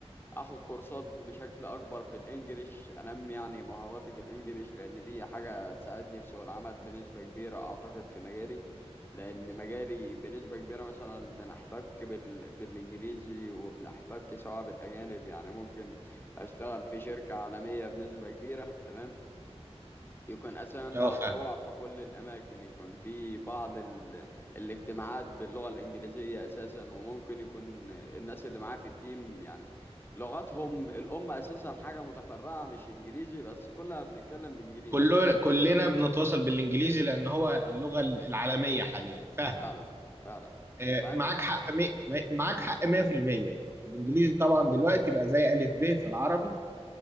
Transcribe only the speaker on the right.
اه فاهم
كله كلنا بنتواصل بالانجليزي لان هو اللغه العالميه حاليا فاهمك
آه،
معاك حق مي... مي- معاك حق 100% الانجليزي طبعا دلوقتي بقى زي الف ب في العربي